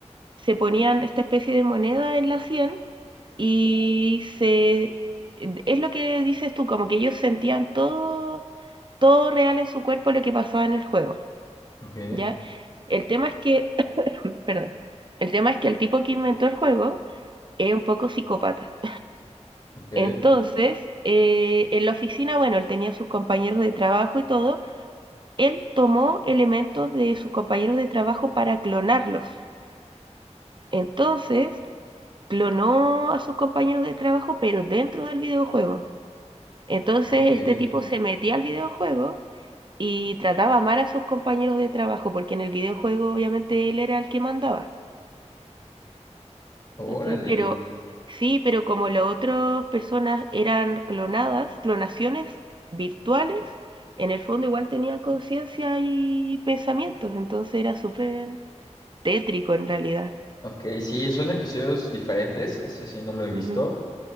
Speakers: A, on the right (about 40°); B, on the left (about 40°).
A: se ponían esta especie de moneda en la 100 y se... Es lo que dices tú, como que ellos sentían todo, todo real en su cuerpo lo que pasaba en el juego,
B: Ok.
A: ¿ya? El tema es que, <clears throat> perdón, el tema es que el tipo que inventó el juego es un poco psicópata.
B: Ok,
A: Entonces, eh, en la oficina, bueno, él tenía sus compañeros de trabajo y todo. Él tomó elementos de sus compañeros de trabajo para clonarlos. Entonces, clonó a sus compañeros de trabajo, pero dentro del videojuego. Entonces,
B: ok,
A: este tipo se metía al videojuego y trataba mal a sus compañeros de trabajo, porque en el videojuego obviamente él era el que mandaba.
B: órale.
A: ¿cachai? Pero sí, pero como las otras personas eran clonadas, clonaciones virtuales, en el fondo igual tenían conciencia y pensamientos, entonces era súper tétrico en realidad.
B: Ok, sí, son episodios diferentes, ese sí no lo he visto,
A: Ujú.